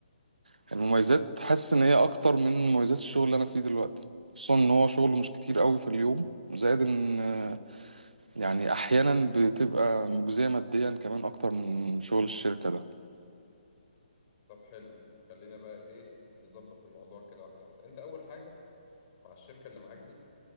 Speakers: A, on the right; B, on the left.
A: فالمميزات حاسس ان هي اكتر من مميزات الشغل اللي انا فيه دلوقتي خصوصا ان هو شغل مش كتير قوي في اليوم زائد ان آه، يعني احيانا بتبقى مجزية ماديا كمان اكتر من شغل الشركة
B: طب حلو خلينا بقى ايه نظبط الموضوع كده واحده واحده انت اول حاجه مع الشركه اللي معاك دي